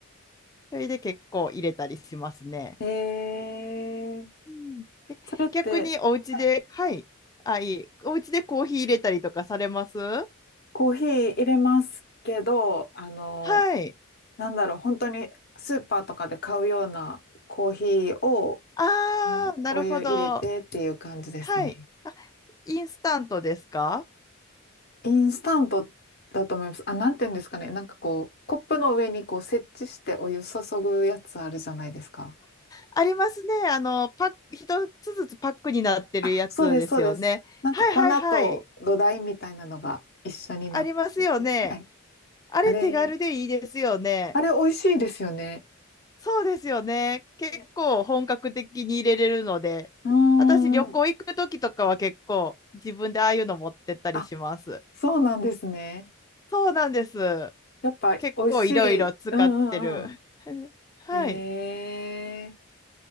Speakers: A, on the left; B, on the left.
A: それで結構入れたりしますね。
B: ええ
A: うん
B: それって、
A: 逆にお家で、
B: はい
A: はい、あ、いい、お家でコーヒー入れたりとかされますあ、
B: コーヒー入れますけど、あの、
A: はい。
B: なんだろう、本当にスーパーとかで買うようなコーヒーを
A: ああ、
B: もうお湯入れてっていう感じですね。
A: なるほど。はい。あ、インスタントですか
B: インスタントだと思います。あ、なんていうんですかね。なんかこう、コップの上にこう設置してお湯注ぐやつあるじゃないですか。
A: ありますね。あの、パック、一つずつパックになってるやつですよね。
B: あ、そうです、そうです。なんか粉と土台みたいなのが一緒になってて。
A: はいはいはい。ありますよね。
B: はい。
A: あれ手軽でいいですよね。
B: あれ、あれ美味しいですよね。
A: そうですよね。結構本格的に入れれるので、
B: ねうー
A: 私旅行行く時とかは結構自分でああいうの持ってったりします。
B: ん。あ、そうなんですね。
A: そうなんです。
B: やっぱ美味しい。
A: 結構いろいろ使ってる。
B: うんうんうん。
A: <laughs> はい。
B: へえ。